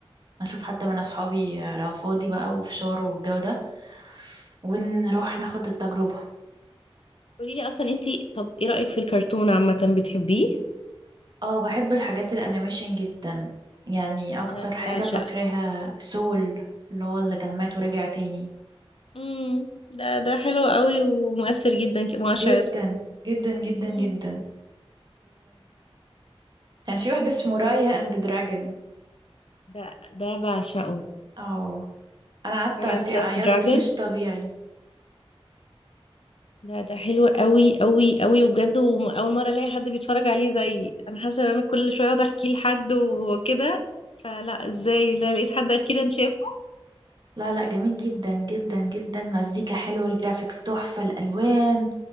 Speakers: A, on the right; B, on the left.
A: أشوف حد من أصحابي لو فاضي بقى وفشار والجو ده ونروح ناخد التجربة
B: قولي لي اصلا انتي طب ايه رأيك في الكرتون عامة بتحبيه
A: اه بحب الحاجات الأنيميشن جدا يعني أكتر
B: انا
A: حاجة
B: بعشقها
A: فاكراها سول اللي هو اللي كان مات ورجع تاني
B: امم ده ده حلو قوي ومؤثر جدا كمؤشر
A: جدا جدا جدا
B: امم
A: جدا كان في واحد اسمه رايا اند دراجون
B: ده ده بعشقه
A: اه انا قعدت
B: Friends
A: في
B: Last
A: عيطت
B: Dragon
A: مش طبيعي
B: ده ده حلو قوي قوي قوي وبجد واول مرة الاقي حد بيتفرج عليه زي انا حاسة ان انا كل شوية اقعد احكيه لحد وكده فلا ازاي لا لقيت حد اخيرا شافه
A: لا لا جميل جدا جدا جدا مزيكا حلوة الجرافيكس تحفة الألوان